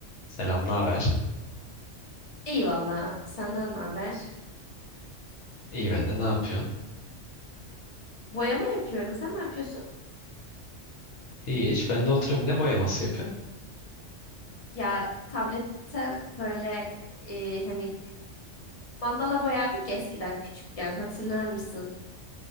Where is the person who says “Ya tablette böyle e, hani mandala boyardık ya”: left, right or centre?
Left